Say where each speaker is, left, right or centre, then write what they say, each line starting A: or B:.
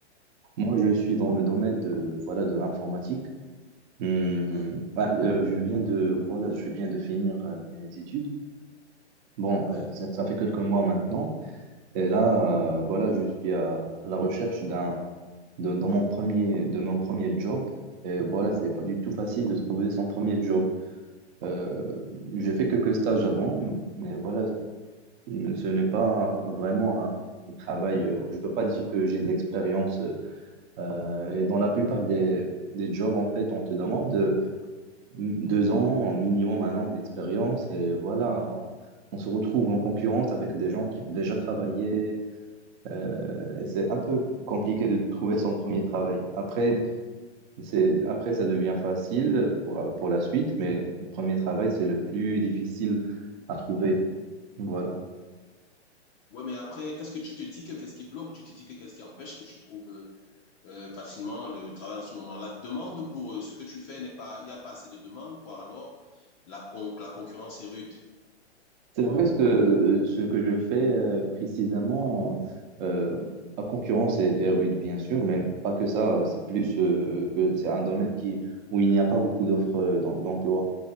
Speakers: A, on the right; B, on the left.
A: Moi, je suis dans le domaine de, voilà, de l'informatique. Hmm.
B: Oui,
A: Ah, euh, je viens de, voilà, je viens de finir euh, mes études. Bon,
B: oui.
A: euh, ça, ça fait quelques mois maintenant. Et là, euh, voilà, je suis à, à la recherche d'un, de, dans mon premier, de mon premier job. Et voilà, c'est pas du tout facile de trouver son premier job. Euh, j'ai fait quelques stages avant, mais voilà, ce n'est pas vraiment un travail. euh, Je peux pas dire que j'ai de l'expérience. euh, et dans la plupart des, des jobs, en fait, on te demande euh, deux ans minimum, un an d'expérience. Et voilà, on on se retrouve en concurrence avec des gens qui ont déjà travaillé euh, et c'est un peu compliqué de trouver son premier travail. Après, c'est, après, ça devient facile pour, pour la suite, mais le premier travail, c'est le plus difficile à trouver. Voilà.
B: Ouais, mais après, qu'est-ce que tu te dis que qu'est-ce qui bloque? Tu te dis que qu'est-ce qui empêche que tu trouves euh, euh, facilement le travail en ce moment? La demande pour euh, ce que tu fais n'est pas, il n'y a pas assez de demande, ou alors la, con- la concurrence est rude.
A: C'est vrai ce que, ce que je fais euh, précisément euh, à concurrence est, est rude, bien sûr, mais pas que ça. C'est plus euh, que c'est un domaine qui, où il n'y a pas beaucoup d'offres euh, d'em- d'emploi.